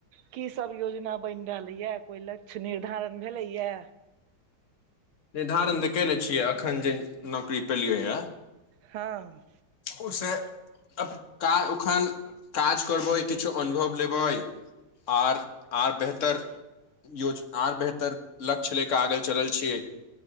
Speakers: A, on the right; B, on the left.
A: की सब योजना बनि रहलैएऽ कोइ लक्ष्य निर्धारण भेलैए
B: निर्धारण तऽ केले छियै अखन जे नौकरी पेलियो यऽ
A: हँ
B: उ सँ अक ओखन काज करबै किछो अनुभव लेबै आओर आओर बेहतर योज आर बेहतर लक्ष्य ले कऽ आगल चलल छियै